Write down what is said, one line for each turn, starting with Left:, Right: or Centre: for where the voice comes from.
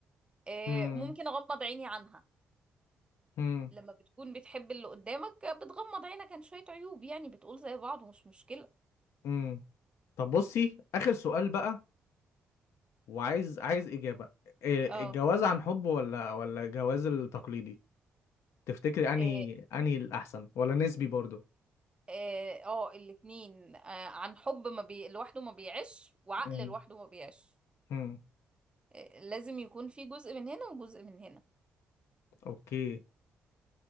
Right: آه،
Left: امم
Right: ممكن أغمض عيني عنها
Left: امم،
Right: لما بتكون بتحب اللي قدامك بتغمض عينك عن شوية عيوب يعني بتقول زي بعض ومش مشكلة
Left: امم. طب بصي آخر سؤال بقى وعايز عايز إجابة إيه،
Right: اه
Left: الجواز عن حب ولا ولا الجواز التقليدي تفتكري أنهي
Right: اه
Left: أنهي الأحسن ولا نسبي برضو
Right: اه آه، الاتنين آه، عن حب ما بي... لوحده ما بيعيش وعقل
Left: امم
Right: لوحده ما بيعيش
Left: امم
Right: آه، لازم يكون في جزء من هنا وجزء من هنا
Left: أوكي